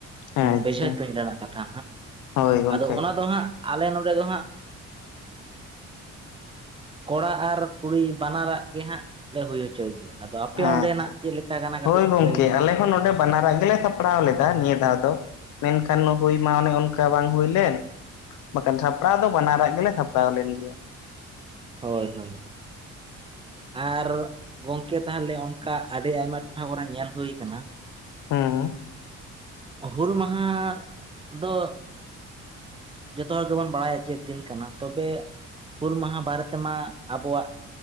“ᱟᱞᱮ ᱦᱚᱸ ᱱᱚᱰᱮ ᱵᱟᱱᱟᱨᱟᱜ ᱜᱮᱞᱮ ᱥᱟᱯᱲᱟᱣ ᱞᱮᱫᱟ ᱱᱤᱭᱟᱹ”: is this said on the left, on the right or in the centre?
Left